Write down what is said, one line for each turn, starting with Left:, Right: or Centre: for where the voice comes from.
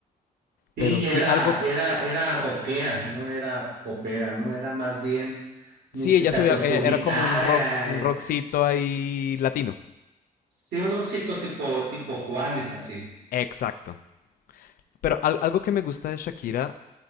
Right: Sí,
Left: Pero
Right: y
Left: sí,
Right: era,
Left: algo,
Right: era, era rockera, no era popera, no era más bien música
Left: sí, ella subía,
Right: con su
Left: ella era
Right: guitarra.
Left: como un rock, un
Right: eh.
Left: rockcito ahí latino.
Right: Sí, un rockcito tipo, tipo Juanes, así.
Left: Exacto. Pero al- algo que me gusta de Shakira,